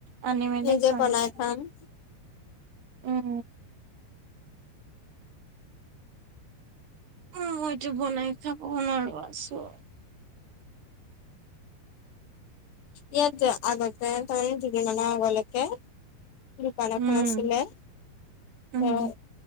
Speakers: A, on the right; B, on the left.
A: আনি মেলি
B: নিজে
A: খোৱামগে।
B: বনাই খাম
A: উম ও মইতো বনাই খাব নোৱাৰো আছো
B: ইয়াত যে আগতে ধৰি, দুদিন মানৰ আগলৈকে দোকান
A: উম
B: এখন আছিলে,
A: উম
B: অহ